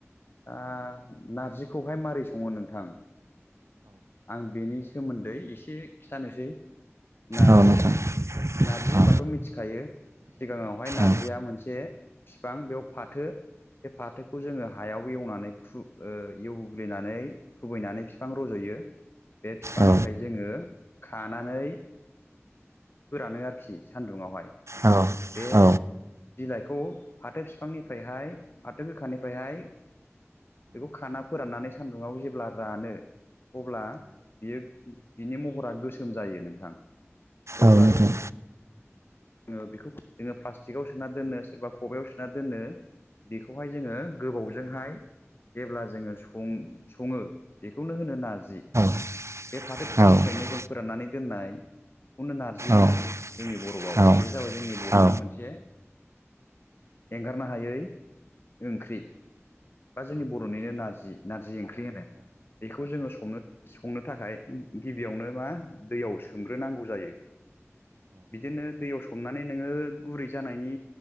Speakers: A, on the left; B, on the right.
A: दा नारजिखौहाय मारै सङो नोंथां आं बेनि सोमोन्दै एसे खिथानोसै। नारजि
B: औ नोंथां।
A: नार्जि होनबाथ'
B: औ
A: मिथिखायो सिगाङावहाय नार्जिया
B: औ
A: मोनसे बिफां बेयाव फाथो बे फाथोखौ जोङो हायाव एवनानै खु ओ एवग्लिनानै खुबैनानै बिफां रज'यो। बे बिफांनिफ्राय
B: औ
A: जोङो खानानै फोरानो आरोखि सान्दुङावहाय
B: औ
A: बे
B: औ
A: बिलाइखौ फाथो बिफांनिफ्रायहाय फाथो गोखानिफ्रायहाय बेखौ खाना फोराननानै सान्दुङाव जेब्ला रानो। अब्ला बियो बिनि महरा गोसोम जायो नोंथां अब्ला
B: औ नोंथां
A: जों जोङो बेखौ जोङो प्लास्टिकआव सोना दोनो सोरबा खबयाव सोना दोनो। बेखौहाय जोङो गोबावजोंहाय जेब्ला जोङो सं सङो बेखौनो होनो नारजि।
B: औ
A: बे फाथो
B: औ
A: बिफांनिफ्रायनो
B: औ
A: जों फोराननानै दोननाय खौनो नारजि होनो
B: औ नोंथां
A: जोंनि बर'आव।
B: औ
A: बे जाबाय जोंनि बर'नि
B: औ औ
A: मोनसे एंगारनो हायै ओंख्रि बा जोंनि बर'निनो नारजि नारजि ओंख्रि होनो। बेखौ जोङो संनो संनो थाखाय गिबियावनो मा दैयाव सोमग्रोनांगौ जायो। बिदिनो दैयाव सोमनानै नोङो गुरै जानायनि